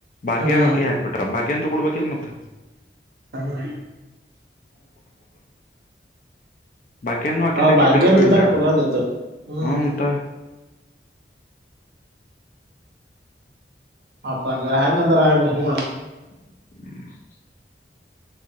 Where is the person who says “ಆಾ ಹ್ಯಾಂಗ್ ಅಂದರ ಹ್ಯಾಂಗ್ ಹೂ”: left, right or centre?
Right